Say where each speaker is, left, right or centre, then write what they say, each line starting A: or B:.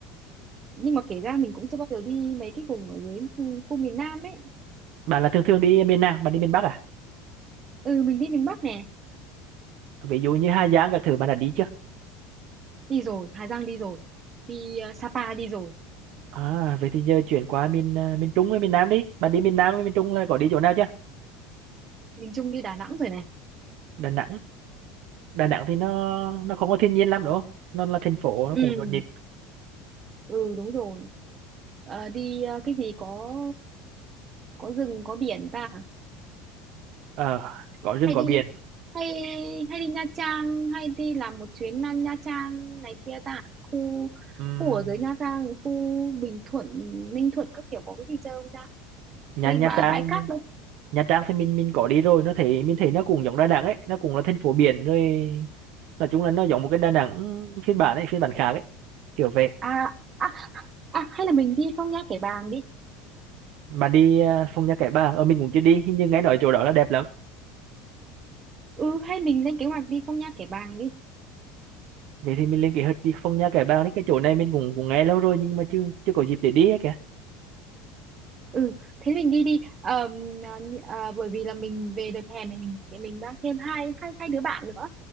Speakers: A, on the right; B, on the right.
A: nhưng mà kể ra mình cũng chưa bao giờ đi mấy cái vùng ở dưới khu, khu miền Nam ấy
B: Bạn là thường thường đi miền nào? Bạn đi miền Bắc à?
A: ừ mình đi miền Bắc nè
B: Ví dụ như Hà Giang các thứ bạn đã đi chưa?
A: đi rồi Hà Giang đi rồi đi ờ, Sapa đi rồi
B: À, vậy thì giờ chuyển qua miền à, miền Trung với miền Nam đi. Bạn đi miền Nam với miền Trung là có đi chỗ nào chưa?
A: miền Trung đi Đà Nẵng rồi này
B: Đà Nẵng. Đà Nẵng thì nó nó không có thiên nhiên lắm đúng không? Nó là thành phố nó
A: ừ
B: cũng nhộn nhịp.
A: ừ đúng rồi Ờ, đi ờ, cái gì có có rừng có biển ta
B: Ờ, có rừng
A: hay
B: có
A: đi
B: biển.
A: hay hay đi Nha Trang hay đi làm một chuyến Nha Nha Trang này kia ta khu
B: Ừm,
A: khu ở dưới Nha Trang khu Bình Thuận Ninh Thuận các kiểu có cái gì chơi không ta
B: Nha
A: cái
B: Nha
A: bà
B: Trang,
A: bãi cát đâu
B: Nha Trang thì mình mình có đi rồi, nó thấy mình thấy nó cũng giống Đà Nẵng ấy, nó cũng là thành phố biển rồi. Nói chung là nó giống một cái Đà Nẵng phiên bản ấy, phiên bản khác ấy. Kiểu vậy.
A: à à à hay là mình đi Phong Nha Kẻ Bàng đi
B: Bạn đi à, Phong Nha Kẻ Bàng, ở mình cũng chưa đi, nhưng nghe nói chỗ đó là đẹp lắm.
A: ừ hay mình lên kế hoạch đi Phong Nha Kẻ Bàng đi
B: vậy thì mình lên kế hoạch đi Phong Nha Kẻ Bàng đấy cái chỗ này mình cũng cũng nghe lâu rồi nhưng mà chưa chưa có dịp để đi ấy kìa
A: ừ thế mình đi đi Ờm, à, à, bởi vì là mình về đợt hè này mình mình mang thêm hai hai hai đứa bạn nữa